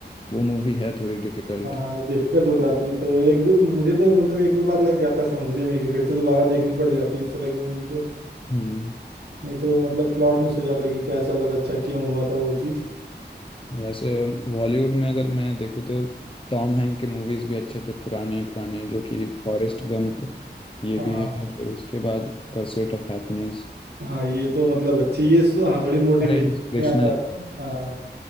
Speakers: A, on the left (about 30°); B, on the right (about 85°).
A: वो मूवी है थोड़ी डिफिकल्ट
B: हाँ डिफिकल्ट हो जाती है तो एक दो मुझे तो मतलब एक दो बार लग जाता है समझने में कि फिर से दोबारा देखनी पड़ जाती है इस तरह की मूवी तो
A: हम्म
B: नहीं तो मतलब प्लॉट मिस हो जाता है कि क्या चल रहा था अच्छा क्यों हुआ था वो चीज़
A: वैसे बॉलीवुड में अगर मैं देखूँ तो टॉम हैंक के मूवीज भी अच्छे थे पुराने पुराने जो कि फॉरेस्ट गंप ये
B: हाँ
A: भी है फिर उसके बाद परस्यूट ऑफ हैप्पीनेस
B: हाँ ये तो मतलब अच्छी ये सो, हाँ थोड़ी मोटिवेशन
A: और इंस्पिरेशनल
B: में आ जाती है हाँ